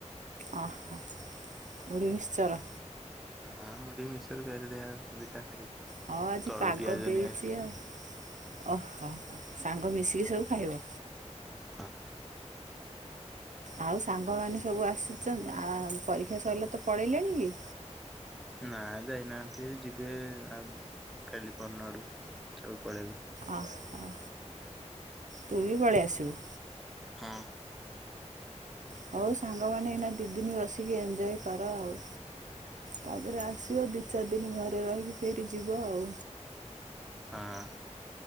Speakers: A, on the right; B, in the centre.
A: ଓ ହୋ ମୁଢ଼ି ମିକ୍ସଚର
B: ହଁ ମୁଁ ଟିକି ବିଶରେ ପିଆଜ ଦିଆ ଦିଟା ଖାଇବୁ।
A: ହଁ ଆଜି
B: ତଳୁ
A: ପାଗ
B: ପିଆଜ
A: ଦେଇଛି
B: ନେଇ ଆସିବୁ।
A: ଆଉ ଓହ ସାଙ୍ଗ ମିଶିକି ସବୁ ଖାଇବ।
B: ହ
A: ଆଉ ସାଙ୍ଗମାନେ ସବୁ ଆସୁଚ ଆ ପରୀକ୍ଷା ସଇଲେ ତ ପଳେଇଲେଣି କି।
B: ନା ଯାଇନାହାନ୍ତି ଯିବେ ଆ କାଲି ପହର୍ଦିନ ଆଡ଼କୁ ସବୁ ପଳେଇବେ।
A: ଅ ଅ ତୁ ବି ପଳେଇ ଆସିବୁ।
B: ହଁ
A: ହଉ ସାଙ୍ଗମାନେ ଏଇନା ଦି ଦିନ ବସିକି ଏଞ୍ଜୟେ କର ଆଉ। ତାପରେ ଆସିବ ଦି ଚାରି ଦିନ ଘରେ ରହିକି ଫେରି ଯିବ ଆଉ।
B: ହଁ